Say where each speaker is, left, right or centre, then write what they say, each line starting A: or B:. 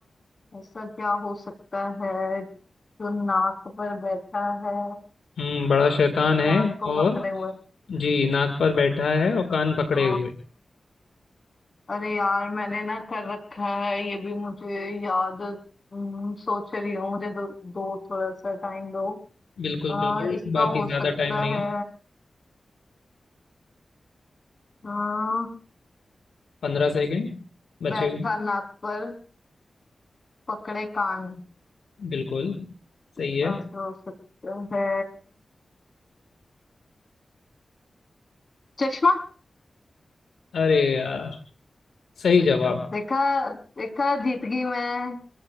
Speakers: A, on the left; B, on the left.
A: ऐसा क्या हो सकता है जो नाक पर बैठा है
B: हम्म बड़ा शैतान
A: और
B: है
A: कान को
B: और
A: पकड़े हुए
B: जी नाक पर बैठा है और कान पकड़े
A: आ,
B: हुए
A: अरे यार मैंने ना कर रखा है ये भी मुझे याद हम्म, सोच रही हूँ मुझे दो, दो थोड़ा सा टाइम दो
B: बिल्कुल
A: आ,
B: बिल्कुल
A: इसका
B: बाकी
A: हो सकता
B: ज्यादा टाइम नहीं
A: है
B: है
A: आ,
B: पंद्रह सेकंड बचे
A: बैठा
B: हुए
A: नाक पर पकड़े कान
B: बिल्कुल सही
A: इसका
B: है
A: आंसर हो सकता है चश्मा
B: अरे यार सही जवाब
A: देखा देखा जीत गई मैं